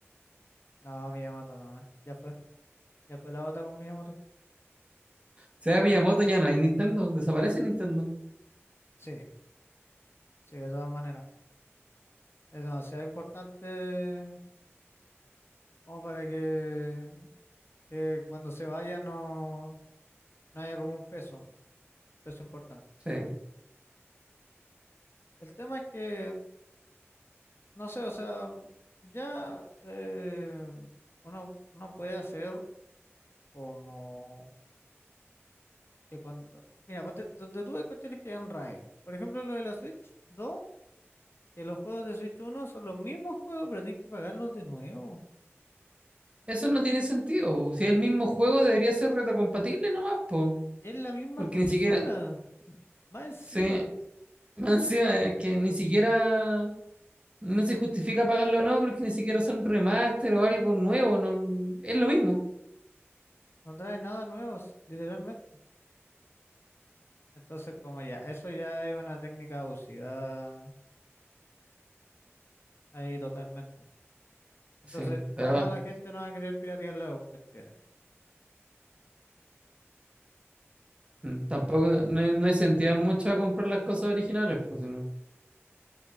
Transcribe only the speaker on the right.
sea, Miyamoto ya no hay Nintendo, desaparece Nintendo.
Sí.
Eso no tiene sentido, po. Si el mismo juego debería ser retrocompatible nomás, po.
Porque
ni siquiera,
sí, <laughs> más encima es que ni siquiera, no se justifica pagarlo o no, porque ni siquiera son remaster o algo nuevo, no, es lo mismo.
Sí, pero
ah,
mm, tampoco, no, no incentiva mucho a comprar las cosas originales, pues si no,